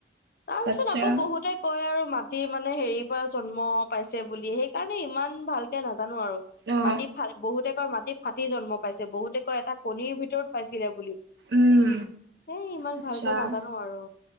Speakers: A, on the left; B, on the right.
A: তাৰপিছত
B: আচ্ছা
A: আকৌ বহুতে কয় আৰু মাটিৰ মানে হেৰিৰ পৰা জন্ম পাইছে বুলি সেইকাৰণে ইমান ভালকে নাজানো আৰু।
B: অ
A: মাটি ফা <unintelligible> বহুতে কয় মাটি ফাটি জন্ম পাইছে, বহুতে কয় এটা কণীৰ ভিতৰত পাইছিলে বুলি
B: উম
A: এই ইমান
B: আচ্ছা
A: ভালকে নাজানো আৰু